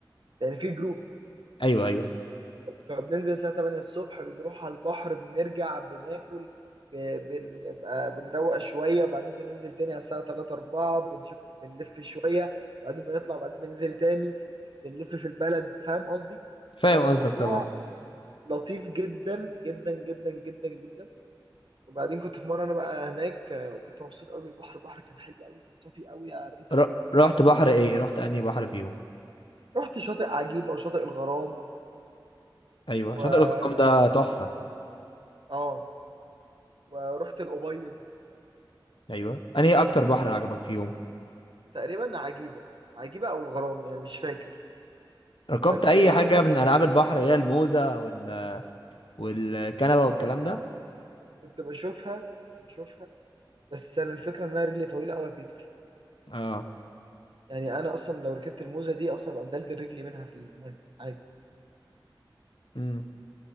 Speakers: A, on the right; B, on the left.
A: يعني في جروب
B: ايوه ايوه
A: فبننزل الساعة 8 الصبح بنروح على البحر بنرجع بناكل ب- بنبقى بنروق شوية وبعدين بننزل تاني على الساعة 3 4 بنشوف بنلف شوية وبعدين بنطلع وبعدين بننزل تاني بنلف في البلد فاهم قصدي؟
B: فاهم
A: فالموضوع
B: قصدك طبعا
A: لطيف جدا جدا جدا جدا جدا وبعدين كنت في مرة أنا بقى هناك آه، وكنت مبسوط قوي بالبحر البحر كان حلو قوي كان صافي قوي يا بيتر
B: ر...
A: فوق ما تتخيل
B: رحت بحر ايه رحت انهي بحر فيهم
A: رحت شاطئ عجيبة وشاطئ الغرام
B: ايوه
A: و
B: شاطئ
A: آه
B: الغرام ده تحفه
A: آه، ورحت الأبيض
B: ايوه انهي اكتر بحر عجبك فيهم
A: تقريبا عجيبة عجيبة أو الغرام يعني مش فاكر
B: ركبت
A: بس
B: اي
A: الأوبا
B: حاجه من العاب البحر هي الموزه وال... والكنبه والكلام ده
A: كنت بشوفها كنت بشوفها بس أنا الفكرة إن أنا رجلي طويلة أوي يا بيتر
B: اه
A: يعني أنا أصلا لو ركبت الموزة دي أصلا ببقى مدلدل رجلي منها في المية عادي
B: امم